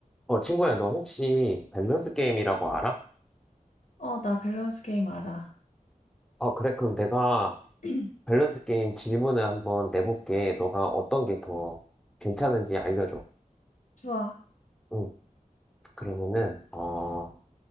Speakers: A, in the centre; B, on the left.
A: 어, 친구야, 너 혹시 밸런스 게임이라고 알아?
B: 어, 나 밸런스 게임 알아.
A: 어, 그래. 그럼 내가
B: <clears throat>
A: 밸런스 게임 질문을 한번 내볼게. 너가 어떤 게 더 괜찮은지 알려줘.
B: 좋아.
A: 응. 그러면은, 어,